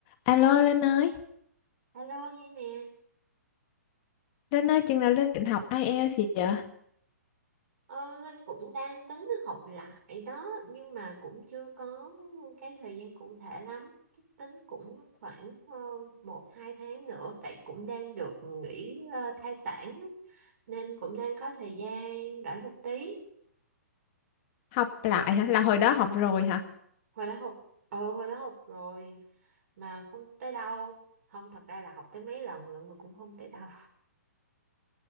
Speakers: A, on the left (about 35°); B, on the right (about 60°).
A: Alo Linh ơi,
B: Alo nghe nè,
A: Linh ơi chừng nào Linh định học IELTS gì vậy?
B: ờ, Linh cũng đang tính học lại đó nhưng mà cũng chưa có cái thời gian cụ thể lắm chắc tính cũng khoảng ờ, một hai tháng nữa tại cũng đang được nghỉ ờ, thai sản á, nên cũng đang có thời gian rảnh một tí
A: Học lại hả? Là hồi đó học rồi hả?
B: hồi đó học ờ hồi đó học rồi mà không tới đâu không thật ra là học tới mấy lần lận mà cũng không tới đâu